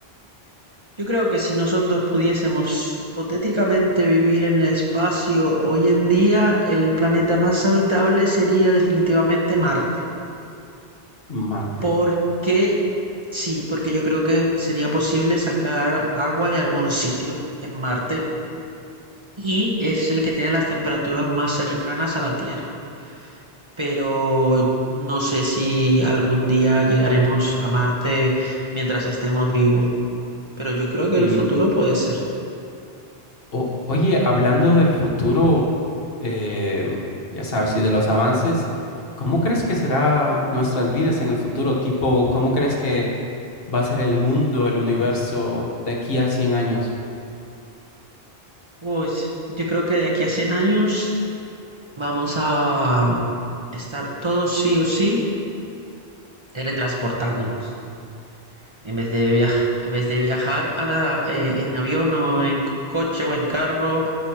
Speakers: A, on the right; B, on the left.
A: Yo creo que si nosotros pudiésemos hipotéticamente vivir en el espacio hoy en día, el planeta más habitable sería definitivamente Marte.
B: Marte.
A: Porque sí, porque yo creo que sería posible sacar agua de algún sitio en Marte y es el que tiene las temperaturas más cercanas a la Tierra. Pero no sé si algún día llegaremos a Marte mientras estemos vivos. Pero yo creo que
B: Sí.
A: en el futuro puede ser.
B: O- oye, hablando del futuro, eh, ya sabes, y de los avances, ¿cómo crees que será nuestras vidas en el futuro? Tipo, ¿cómo crees que va a ser el mundo, el universo de aquí a 100 años?
A: Pues yo creo que de aquí a 100 años vamos a estar todos sí o sí teletransportándonos. En vez de, viajar, en vez de viajar a- a, eh, en avión o en coche o en carro